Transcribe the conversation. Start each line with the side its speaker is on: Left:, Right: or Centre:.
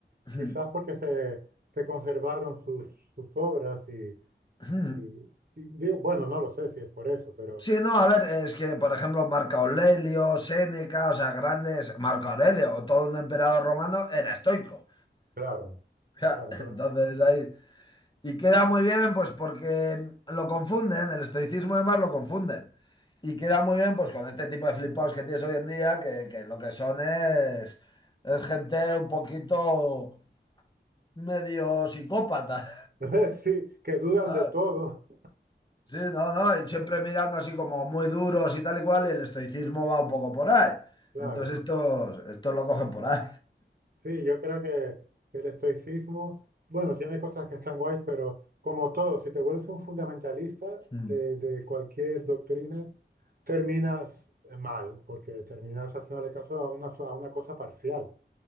Left: <clears throat>
Right: quizás porque se, se conservaron sus, sus obras y,
Left: <laughs>
Right: y- y digo, bueno, no lo sé si es por eso, pero
Left: Sí, no, a ver, es que, por ejemplo, Marco Aurelio, Séneca, o sea, grandes, Marco Aurelio, todo un emperador romano era estoico.
Right: claro,
Left: <laughs>
Right: claro,
Left: Entonces ahí Y queda muy bien, pues porque lo confunden, el estoicismo de Mar lo confunden. Y queda muy bien, pues con este tipo de flipados que tienes hoy en día, que, que lo que son es, es gente un poquito medio psicópata.
Right: entonces, <laughs> sí, que dudan
Left: <laughs> ¿sabes?
Right: de todo,
Left: Sí, no, no, y siempre mirando así como muy duros y tal y cual, y el estoicismo va un poco por ahí.
Right: claro.
Left: Entonces estos, estos lo cogen por ahí.
Right: Sí, yo creo que, que el estoicismo, bueno, tiene cosas que están guays, pero como todo, si te vuelves un fundamentalista
Left: <laughs>
Right: de, de cualquier doctrina, terminas eh, mal, porque terminas haciéndole caso a una, so- a una cosa parcial.